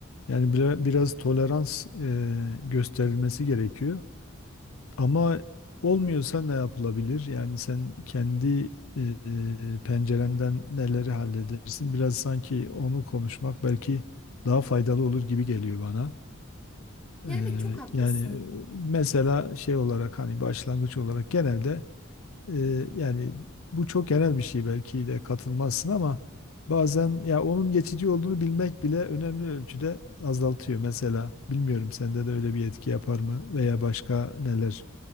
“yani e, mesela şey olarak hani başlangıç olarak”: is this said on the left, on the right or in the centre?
Left